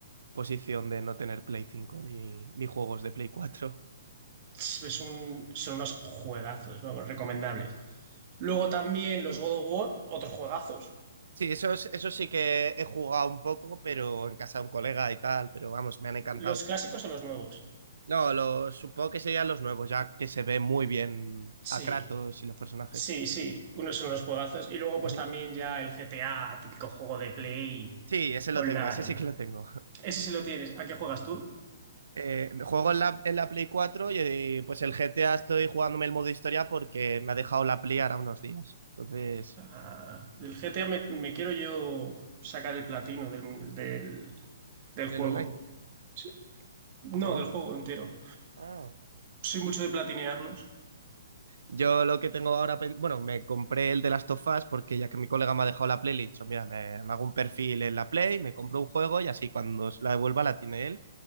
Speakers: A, on the right; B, on the right.
A: posición de no tener Play cinco ni, ni juegos de Play cuatro
B: Es un- son unos juegazos, vamos, recomendables.
A: Ujú.
B: Luego
A: Ujú.
B: también los God of War, otros juegazos.
A: Sí, eso, es- eso sí que he jugado un poco, pero en casa de un colega y tal, pero vamos, me han encantado.
B: ¿Los clásicos o los nuevos?
A: No, lo, supongo que serían los nuevos, ya que se ve muy bien
B: Sí.
A: a Kratos y los personajes.
B: Sí, sí, unos son unos juegazos. Y luego,
A: Ujú.
B: pues también ya el GTA, típico juego de Play
A: Sí, ese lo
B: online.
A: tengo, ese sí que lo tengo. <laughs>
B: Ese sí lo tienes. ¿A qué juegas tú?
A: Eh, juego en la, en la Play 4 y eh, pues el GTA estoy jugándome el modo historia porque me ha dejado la Play ahora unos días. Entonces,
B: Ah, del GTA me, me quiero yo sacar el platino del, del, del juego.
A: del online.
B: Sí. No,
A: Wow.
B: del juego entero.
A: Ah.
B: Soy mucho
A: y.
B: de platinearlos.
A: Yo lo que tengo ahora, pen- bueno, me compré el de Last of Us porque ya que mi colega me ha dejado la Play, le he dicho, mira, me, me hago un perfil en la Play, me compro un juego y así cuando se la devuelva la tiene él.